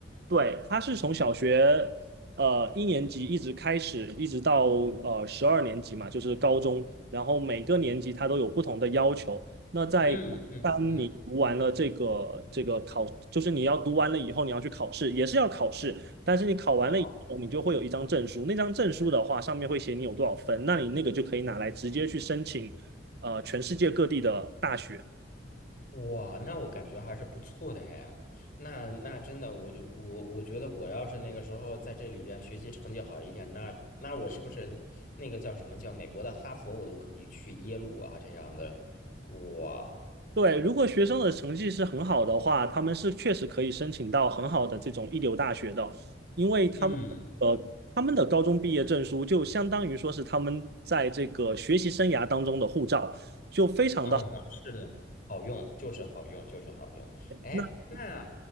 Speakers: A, on the right; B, on the left.
A: 对，他是从小学呃一年级一直开始，一直到呃十二年级嘛，就是高中。然后每个年级他都有不同的要求。那在当你读完了这个这个考，
B: 嗯嗯嗯，
A: 就是你要读完了以后，你要去考试，也是要考试。但是你考完了以后，
B: 哦
A: 你就会有一张证书。那张证书的话，上面会写你有多少分，那你那个就可以拿来直接去申请呃全世界各地的大学。
B: 哇，那我感觉还是不错的呀。那那真的，我就我我觉得我要是那个时候在这里边学习成绩好一点，那那我是不是那个叫什么叫美国的哈佛，我都可以去耶鲁啊这样的。哇，
A: 对，如果学生的成绩是很好的话，他们是确实可以申请到很好的这种一流大学的，因为他们呃他们的高中毕业证书就相当于说是他们在这个学习生涯当中的护照，
B: 嗯
A: 就非常的好。
B: 嗯，是的，好用，就是好用，就是好用。哎，
A: 那第
B: 那